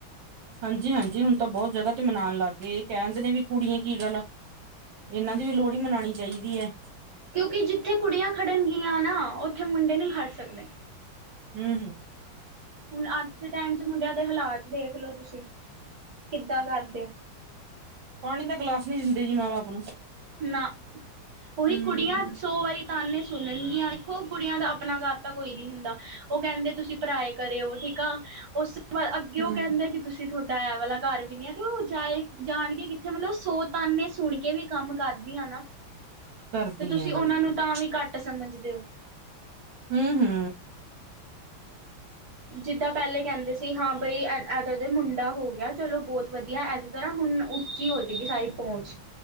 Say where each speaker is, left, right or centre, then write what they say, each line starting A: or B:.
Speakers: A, on the right (about 70°); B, on the right (about 50°).
A: ਹਾਂਜੀ-ਹਾਂਜੀ ਹੁਣ ਤਾਂ ਬੋਤ ਜਗ੍ਹਾ ਤੇ ਮਨਾਣ ਲਾਗੇ ਕੈਣ ਦੇ ਨੇ ਵੀ ਕੁੜੀਆਂ ਕੀ ਗੱਲ ਇਨਾਂ ਦੀ ਵੀ ਲੋਹੜੀ ਮਨਾਣੀ ਚਾਈਦੀ ਐ।
B: ਕਿਉਂਕਿ ਜਿੱਥੇ ਕੁੜੀਆਂ ਖੜਨਗੀਆਂ ਨਾ ਉੱਥੇ ਮੁੰਡੇ ਨੀ ਖੜ ਸਕਦੇ।
A: ਹੂੰ-ਹੂੰ।
B: ਹੁਣ ਅੱਜ ਦੇ ਟਾਈਮ ਚ ਮੁੰਡਿਆਂ ਦੇ ਹਾਲਾਤ ਦੇਖ ਲੋ ਤੁਸੀਂ ਕਿੱਦਾਂ ਕਰਦੇ ਆ।
A: ਪਾਣੀ ਦਾ ਗਲਾਸ ਨੀ ਦਿੰਦੇ ਜੀ ਮਾਂ ਬਾਪ ਨੂੰ।
B: ਨਾ ਓਵੀ
A: ਹਮ
B: ਕੁੜੀਆਂ ਚ ਸੋ ਵਾਰੀ ਤਾਂਨੇ ਸੁਣਨਗੀਆਂ ਦੇਖੋ ਕੁੜੀਆਂ ਦਾ ਆਪਣਾ ਘਰ ਤਾਂ ਕੋਈ ਨੀ ਹੁੰਦਾ ਓ ਕੈਂਦੇ ਤੁਸੀਂ ਪਰਾਏ ਕਰੇ ਓ ਠੀਕ ਆ ਉਸ ਤੋਂ ਬਾਅਦ ਅੱਗੇ
A: ਹਮ
B: ਓ ਕੈਂਦਾ ਆ ਕੀ ਤੁਸੀਂ ਤੁਹਾਡਾ ਐ ਵਾਲਾ ਘਰ ਵੀ ਨੀ ਆ ਤੇ ਓ ਜਾਏ ਜਾਣਗੇ ਕਿੱਥੇ ਮਤਲਬ ਸੋ ਤਾਨੇ ਸੁਣ ਕੇ ਵੀ ਕੰਮ ਕਰਦੀਆਂ ਨਾ
A: ਕਰਦੀ
B: ਤੇ ਤੁਸੀਂ
A: ਹੈ ਨਹੀਂ
B: ਉਨਾਂ ਨੂੰ ਤਾਂ ਵੀ ਘੱਟ ਸਮਝਦੇ ਓ।
A: ਹੂੰ-ਹੂੰ।
B: ਜਿੱਦਾਂ ਪਹਿਲੇ ਕੈਂਦੇ ਸੀ ਹਾਂ ਬਈ ਐ ਐਦਾ ਤੇ ਮੁੰਡਾ ਹੋ ਗਿਆ ਚਲੋ ਬੋਤ ਵਧੀਆ ਐ ਤਾਂ ਹੁਣ ਉੱਚੀ ਹੋ ਜਾਏਗੀ ਸਾਰੀ ਪੋਂਚ